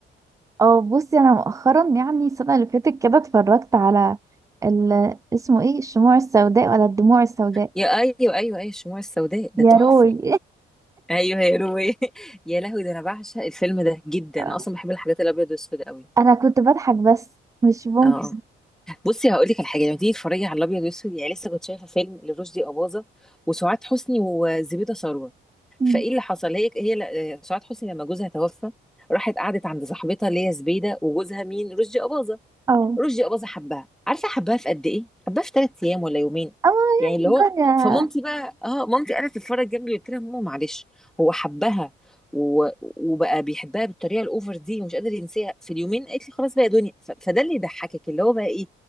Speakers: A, on the right; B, in the centre.
A: اه بصي انا مؤخرا يعني السنه اللي فاتت كده اتفرجت على ال... اسمه ايه الشموع السوداء ولا الدموع السوداء
B: يا ايوه ايوه ايوه الشموع السوداء ده
A: يا
B: تحفه
A: روي
B: ايوه يا روي <laughs> يا لهوي ده انا بعشق الفيلم ده جدا
A: <laughs>
B: انا اصلا بحب الحاجات الابيض والاسود قوي
A: انا كنت بضحك بس مش ممكن
B: اه بصي هقول لك على حاجه لما تيجي تتفرجي على الابيض والاسود يعني لسه كنت شايفه فيلم لرشدي اباظه وسعاد حسني وزبيده ثروت
A: مم.
B: فايه اللي حصل هي هي ل- سعاد حسني لما جوزها توفى راحت قعدت عند صاحبتها اللي هي زبيده وجوزها مين رشدي اباظه
A: اه
B: رشدي أباظة حبها عارفه حبها في قد ايه حبها في ثلاث ايام ولا يومين
A: اه يعني
B: يعني اللي هو
A: الدنيا
B: فمامتي بقى اه مامتي قاعده تتفرج جنبي قلت لها ماما معلش هو حبها و... وبقى بيحبها بالطريقه الاوفر دي ومش قادر ينساها في اليومين قالت لي خلاص بقى يا دنيا ف... فده اللي يضحكك اللي هو بقى ايه